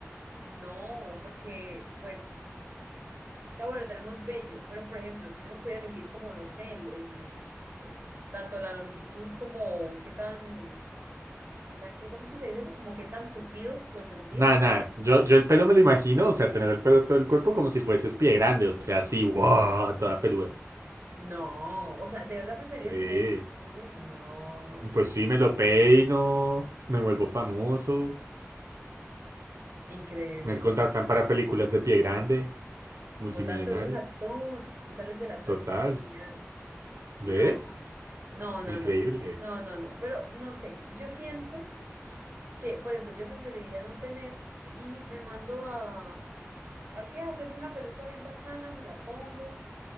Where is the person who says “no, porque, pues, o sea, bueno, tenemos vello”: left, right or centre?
Right